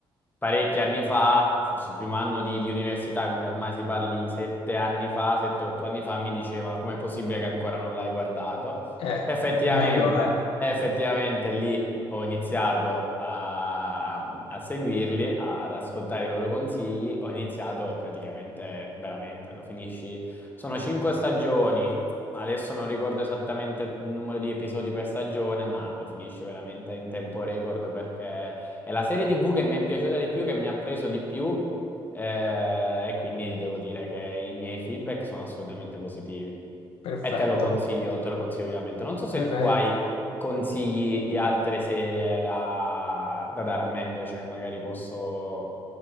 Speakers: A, on the left (about 20°); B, on the left (about 80°).
A: parecchi anni fa, forse il primo anno di, di università, quindi ormai si parla di sette anni fa, sette, otto anni fa, mi dicevano com'è possibile che ancora non l'hai guardato.
B: Eh,
A: Effettivamente,
B: eh, allora, ecco,
A: effettivamente lì ho iniziato a, a seguirli, ad ascoltare i loro consigli, ho iniziato e praticamente, veramente, lo finisci. Sono cinque stagioni, adesso non ricordo esattamente il numero di episodi per stagione, ma lo finisce veramente in tempo record perché è la serie TV che mi è piaciuta di più, che mi ha preso di più, eh, e quindi devo dire che i miei feedback sono assolutamente positivi.
B: perfetto,
A: E te lo consiglio, te lo consiglio vivamente. Non so se
B: perfetto.
A: tu hai consigli di altre serie da, da dare a me invece, che magari posso,